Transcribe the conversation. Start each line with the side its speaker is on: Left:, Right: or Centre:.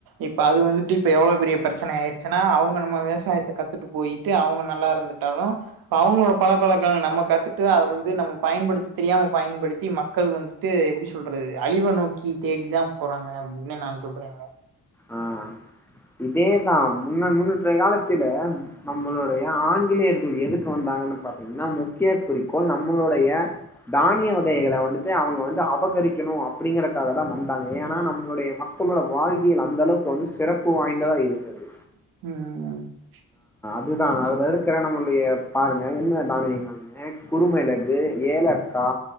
Right: இப்ப அது வந்துட்டு இப்ப எவ்ளோ பெரிய பிரச்சன ஆயிர்ச்சின்னா அவுங்க நம்ம விவசாயத்த கத்துட்டு போயிட்டு அவுங்க நல்லா இருந்துட்டாலு இப்ப அவுங்களோ பழக்க வழக்கள் நம்ம கத்துட்டு அத வந்து நம்ம பயன்படுத்தி தெரியாம பயன்படுத்தி மக்கள் வந்துட்டு எப்பிடி சொல்றது அழிவ நோக்கி தேடிதா போறாங்க அப்பிடின்னு நா சொல்றேங்க
Centre: ஆ இதேதா முன்ன முன்னூற்ற காலத்தில நம்மளுடைய ஆங்கிலேயர்கள் எதுக்கு வந்தாங்கன்னு பாத்தீங்கன்னா முக்கிய குறிக்கோள் நம்மளுடைய தானிய வகைகள வந்துட்டு அவுங்க வந்து அபகரிக்கணு அப்பிடிங்கறக்காகதா வந்தாங்க ஏன்னா நம்மளுடைய மக்களோட வாழ் கில் அந்த அளவுக்கு வந்து சிறப்பு வாய்ந்ததா இருந்தது
Right: ம் ம்
Centre: இதுதா அதுல இருக்கிற நம்மளுடைய பாருங்க என்ன தானியங்கள்னு குறுமிளகு ஏலக்கா